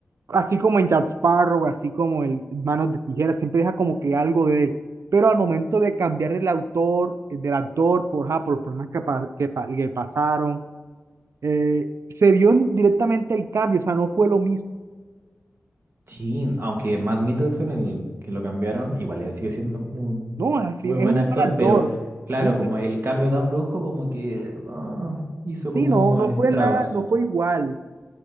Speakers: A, on the right (about 80°); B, on the right (about 60°).
A: así como en Jack Sparrow, así como el Manos de Tijera, siempre deja como que algo de él. Pero al momento de cambiar el autor, eh, del actor, por, ja por los problemas que, pa- que, pa- que pasaron, eh, se vio en- directamente el cambio, o sea, no fue lo mismo.
B: Sí, aunque Matt Middleton, el que lo cambiaron, igual él sigue siendo un
A: No, es así,
B: muy
A: es
B: buen
A: un
B: actor,
A: buen actor.
B: pero claro,
A: Es inc-
B: como el cambio tan brusco como que ah, hizo como
A: Sí, no, no
B: eh,
A: fue
B: estragos.
A: nada, no fue igual.